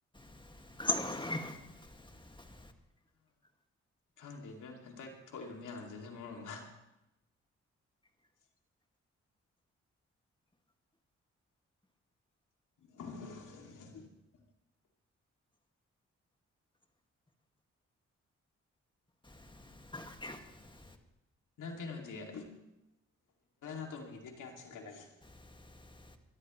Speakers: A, on the left (about 15°); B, on the left (about 80°).
A: <unintelligible>
B: ꯈꯪꯗꯦ ꯑꯗꯨꯦꯝ ꯍꯟꯇꯛ ꯊꯣꯛꯏꯕ ꯃꯌꯥꯝꯁꯤꯅ ꯃꯔꯣ ꯑꯃ <unintelligible> <unintelligible>
A: <unintelligible>
B: ꯅꯪ ꯀꯩꯅꯣ ꯍꯥꯏꯗꯤꯦ ꯑ ꯇꯣꯃꯤꯦ ꯀꯦꯝꯁꯤꯡꯀꯠꯂꯒꯦ
A: <unintelligible>